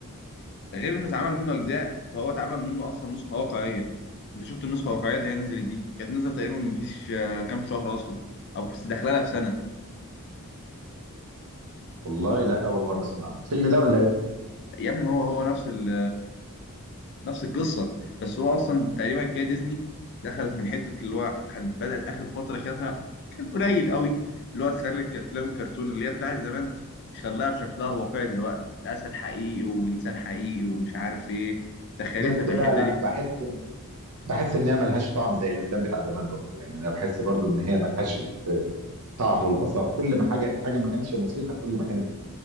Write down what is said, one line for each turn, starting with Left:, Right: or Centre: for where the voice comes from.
Left: غير انه اتعمل منه اجزاء فهو اتعمل منه اصلا نسخه واقعيه انت شفت النسخه الواقعيه اللي هي نزلت دي كانت نزلت تقريبا مفيش آه، كام شهر اصلا او داخله لها في سنه
Right: والله لا اول مره اسمع الفيلم ده ولا ايه
Left: يا ابني هو هو نفس ال نفس القصه بس هو اصلا تقريبا كده ديزني دخلت من حته اللي هو حد- بدات اخر فتره كده كان قليل قوي اللي هو تخلي الك- افلام الكرتون اللي هي بتاعت زمان تخليها بشكلها الواقعي دلوقتي اسد حقيقي وانسان حقيقي ومش عارف ايه دخلتها
Right: بس
Left: في
Right: لا
Left: الحته
Right: لا
Left: دي
Right: بحس إن... بحس ان هي ملهاش طعم زي الافلام بتاع زمان برضو يعني انا بحس برضو ان هي ملهاش آه، طعم والبساطه كل ما حاجه حاجه ما كانتش بسيطه كل ما كانت